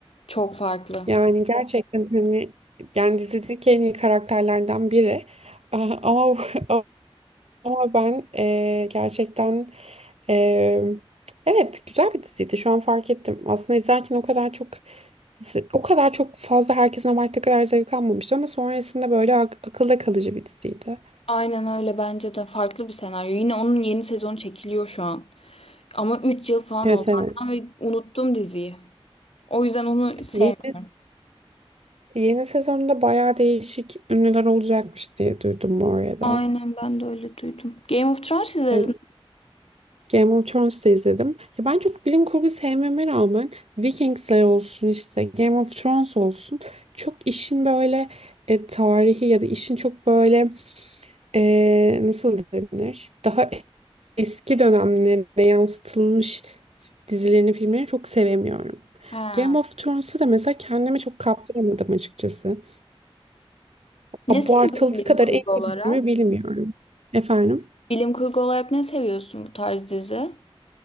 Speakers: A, on the left (about 70°); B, on the right (about 85°).
A: Çok farklı.
B: Yani gerçekten hani yani dizideki en iyi karakterlerden biri. Aa, Ama <laughs> ama ben ee, gerçekten ee, evet güzel bir diziydi. Şu an fark ettim. Aslında izlerken o kadar çok Se- O kadar çok fazla herkesin abarttığı kadar zevk almamıştı ama sonrasında böyle ak- akılda kalıcı bir diziydi.
A: Aynen öyle bence de farklı bir senaryo. Yine onun yeni sezonu çekiliyor şu an. Ama 3 yıl falan
B: Evet
A: oldu
B: evet.
A: ardından ve unuttum diziyi. O yüzden onu sevmiyorum.
B: Yeni, yeni sezonda bayağı değişik ünlüler olacakmış diye duydum bu arada.
A: Aynen ben de öyle duydum. Game of Thrones izledin.
B: Evet, Game of Thrones'ta izledim. Ya ben çok bilim kurgu sevmeme rağmen Vikingsler olsun işte Game of Thrones olsun çok işin böyle e, tarihi ya da işin çok böyle e, nasıl denir? Daha eski dönemlere yansıtılmış dizilerini, filmlerini çok sevemiyorum.
A: Ha.
B: Game of Thrones'u da mesela kendime çok kaptıramadım açıkçası.
A: Ne
B: Abartıldığı
A: seviyorsun bilim
B: kadar
A: kurgu
B: en
A: olarak?
B: iyi dizimi bilmiyorum. Efendim?
A: Bilim kurgu olarak ne seviyorsun bu tarz dizi?